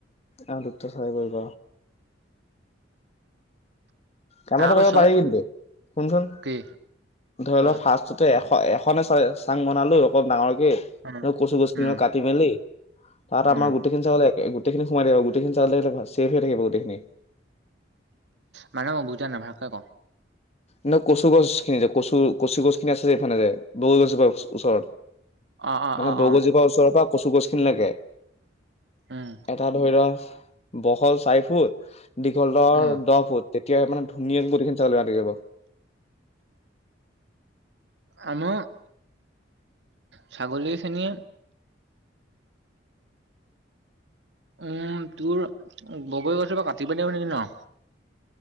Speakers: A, on the left; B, on the right.
A: আহ দুপ্ত চাৰে কৰিব। কাম
B: তাৰ
A: এটা
B: পাছত
A: কৰিব পাৰি কিন্তু শুনচোন
B: কি
A: ধৰি ল'
B: অ
A: ফাৰ্ষ্টততে। এখনে চ চাং বনালো, অলপ ডাঙৰকে
B: উম
A: কচু গছখিনি
B: উম
A: কাটি মেলি তাত
B: উম
A: আমাৰ গোটেইখিনি ছাগলী, গোটেইখিনি সোমাই থাকিব গোটেইখিনি চাগলি নিলে ঞিয়ৰি থাকিব গোটেইখিনি।
B: মানে মই বুজা নাই ভালকে ক?
A: নহয় কচু গছ খিনি যে, কচু কচু গছ খিনি আছে যে এইফালে যে বগৰি গছজোপাৰ ওচ ওচৰত।
B: অ অ
A: মানে
B: অ
A: বৰগজোপা
B: অ
A: ওচৰৰ পৰা কচু গছ খিনিলৈকে।
B: উম
A: এটা ধৰি ল বহল চাৰি ফুট, দীঘল দৰ
B: উম
A: দহ ফুট। তেতিয়া মানে ধুনীয়াকে গোটেইখিনি চাই থি যাব।
B: আমা। উ ছাগলীখিনি, উম, তোৰ বগৰী গছৰ পৰা কাটিবা দিব নেকি ন?